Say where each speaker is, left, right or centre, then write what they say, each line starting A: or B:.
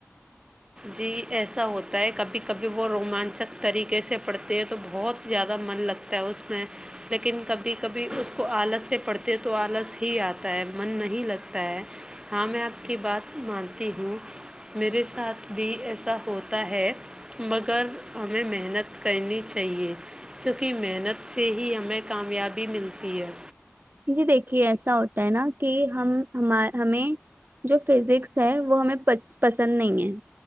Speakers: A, on the right; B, on the right.
A: جی ایسا ہوتا ہے کبھی کبھی وہ رومانچک طریقے سے پڑھتے ہیں تو بہت زیادہ من لگتا ہے اس میں لیکن کبھی کبھی اس کو آلس سے پڑھتے ہیں تو آلس ہی آتا ہے من نہیں لگتا ہے ہاں میں آپ کی بات مانتی ہوں میرے ساتھ بھی ایسا ہوتا ہے مگر ہمیں محنت کرنی چاہیے کیونکہ محنت سے ہی ہمیں کامیابی ملتی ہے
B: جی دیکھیے ایسا ہوتا ہے نا کہ ہم ہمیں جو فزکس ہے وہ ہمیں پسند نہیں ہے